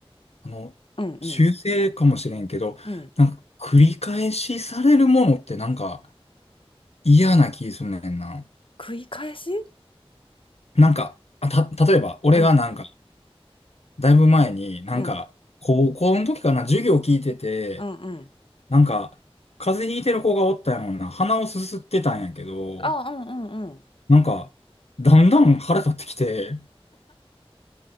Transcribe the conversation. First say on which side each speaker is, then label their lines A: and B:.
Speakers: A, on the left; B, on the left.
A: あの、
B: うんうん。
A: 習性かもしれんけど、
B: うん。
A: なんか繰り返しされるものってなんか嫌な気すんねんな。
B: 繰り返し
A: なんか、あ、た、例えば俺がなんか、
B: うん、
A: だいぶ前になんか、
B: うん、
A: 高校の時かな、授業聞いてて、
B: うん、うん。
A: なんか、風邪ひいてる子がおったやもんな、鼻をすすってたんやけど、
B: あ、うん、うん、うん。
A: なんか、だんだん腹立ってきて、